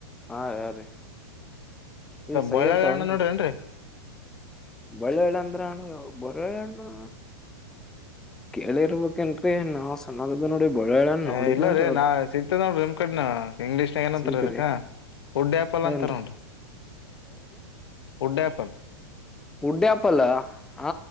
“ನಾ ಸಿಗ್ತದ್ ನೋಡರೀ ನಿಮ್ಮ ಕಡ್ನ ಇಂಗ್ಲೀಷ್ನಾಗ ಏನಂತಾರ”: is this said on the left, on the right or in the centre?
Left